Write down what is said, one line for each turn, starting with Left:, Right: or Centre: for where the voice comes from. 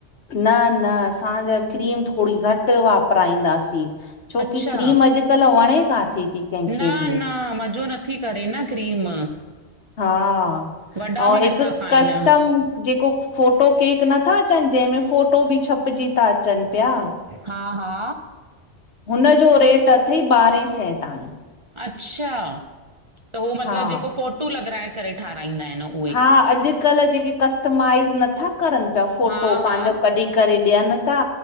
Left: न न असांजा क्रीम थोरी घटि वापराईंदासीं छोकी
Right: अच्छा
Left: क्रीम अॼुकल्ह वणे का थी कंहिंखे
Right: न
Left: बि
Right: न मज़ो नथी करे न क्रीम
Left: हा
Right: वॾा
Left: ऐं
Right: बि नथा
Left: हिकु
Right: खाइन।
Left: कस्टम जेको फोटो केक नथा अचनि जंहिंमे फोटो बि छपजी था अचनि पिया
Right: हा हा
Left: हुन जो रेट अथई ॿारहें सै ताईं
Right: अच्छा त उहो मतिलबु
Left: हा
Right: जेको फोटू लॻराए करे ठारााईंदा आहिनि हू
Left: हा अॼुकल्ह जेके कस्टमाइज़ नथा करनि पिया फोटो
Right: हा
Left: पंहिंजो
Right: हा
Left: कढी करे ॾियनि था